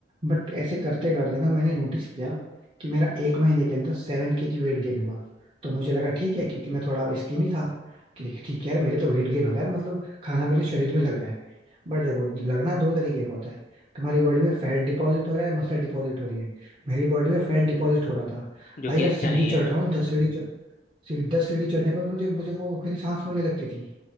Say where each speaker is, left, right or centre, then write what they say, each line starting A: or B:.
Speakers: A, on the right (about 30°); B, on the left (about 45°).
A: बट ऐसे करते करते ना मैंने नोटिस किया कि मेरा एक महीने के अंदर सेवन केजी वेट गेन हुआ तो मुझे लगा ठीक है क्योंकि मैं थोड़ा स्किनी था ठीक है ठीक है यार मेरे तो वेट गेन हो रहा है मतलब खाना मेरे शरीर में लग रहा है बट देखो लगना दो तरीके का होता है तुम्हारी बॉडी में फैट डिपॉजिट हो रहा है मसल डिपॉजिट हो रही है मेरी बॉडी में फैट डिपॉजिट हो रहा था
B: जो
A: भाई
B: कि
A: मैं
B: अच्छा
A: सीढ़ी
B: नहीं है
A: चढ़ रहा हूँ दस सीढ़ी चढ़ सीढ़ी दस सीढ़ी चढ़ने पर मुझे मुझे वो मेरी सांस फूलने लगती थी